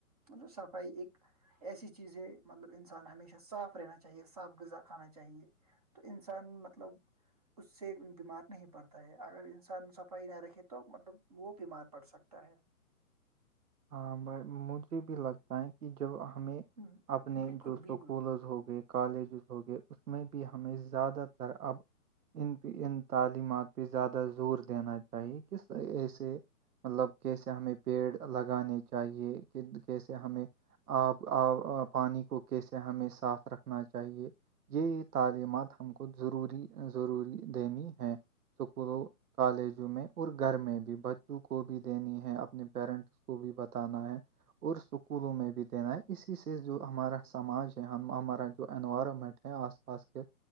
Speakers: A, on the right; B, on the right.
A: مطلب صفائی ایک ایسی چیز ہے مطلب انسان ہمیشہ صاف رہنا چاہیے صاف غذا کھانا چاہیے تو انسان مطلب اس سے بیمار نہیں پڑتا ہے اگر انسان صفائی نہ رکھے تو مطلب وہ بیمار پڑ سکتا ہے
B: ہ مجھے بھی لگتا ہے کہ جب ہمیں
A: ہوں،
B: اپنے
A: بالکل
B: جو سو
A: بالکل
B: کولرز ہو گئے کالجز ہوگئے اس میں بھی ہمیں زیادہ تر اب ان پہ ان تعلیمات پہ زیادہ زور دینا چاہیے کس ایسے مطلب کیسے ہمیں پیڑ لگانے چاہیے کہ کیسے ہمیں آپ آ پانی کو کیسے ہمیں صاف رکھنا چاہیے جی یہ تعلیمات ہم کو ضروری ضروری دینی ہے اسکولوں کالجوں میں اور گھر میں بھی بچوں کو بھی دینی ہے اپنے پیرنٹ اس کو بھی بتانا ہے اور اسکولوں میں بھی دینا ہے اسی سے جو ہمارا سماج ہے ہم ہمارا جو انوائرمنٹ ہے آس کے